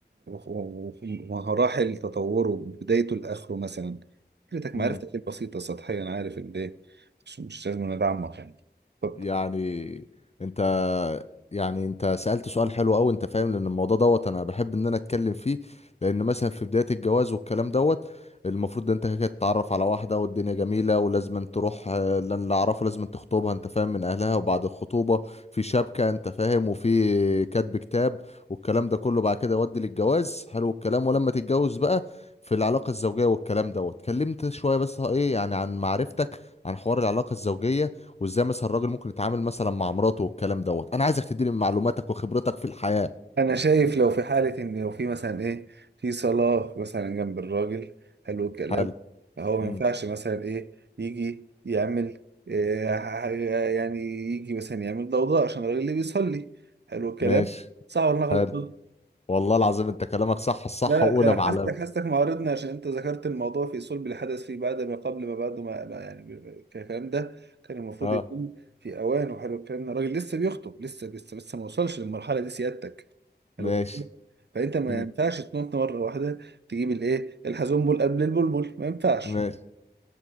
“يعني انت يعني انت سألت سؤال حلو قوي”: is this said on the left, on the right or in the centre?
Left